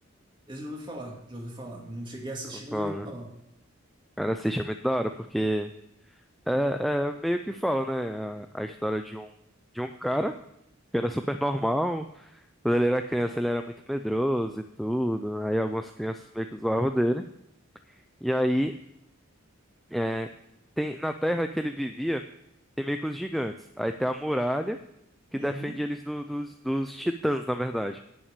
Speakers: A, on the right (about 20°); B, in the centre.
A: Esse eu já ouvi falar, já ouvi falar. Não cheguei a assistir,
B: Eu vou falar,
A: mas já ouvi falar.
B: né? Cara, assiste é muito da hora, porque é, é meio que fala, né? A, a história de um, de um cara que era super normal. Quando ele era criança, ele era muito medroso e tudo. Aí algumas crianças meio que zoavam dele. E aí, é, tem, na terra que ele vivia, tem meio que os gigantes. Aí tem a muralha que
A: Uhum,
B: defende eles do- dos, dos titãs, na verdade.